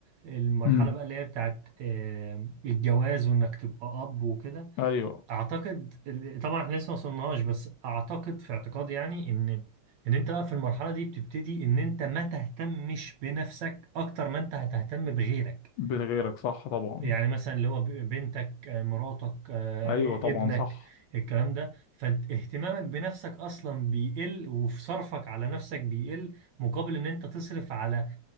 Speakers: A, on the right; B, on the left.
A: المرحلة
B: امم
A: بقى اللي هي بتاعت آه، الجواز وانك تبقى اب وكده
B: ايوه
A: اعتقد ال- طبعا احنا لسه ما وصلناش بس اعتقد في اعتقادي يعني ان ان انت بقى في المرحلة دي بتبتدي ان انت ما تهتمش بنفسك اكتر ما انت هتهتم بغيرك
B: بغيرك صح طبعا
A: يعني مثلا اللي هو ب- بنتك آه، مراتك آه،
B: ايوه
A: إ-
B: طبعا
A: ابنك
B: صح
A: الكلام ده فاهتمامك بنفسك اصلا بيقل وفي صرفك على نفسك بيقل مقابل ان انت تصرف على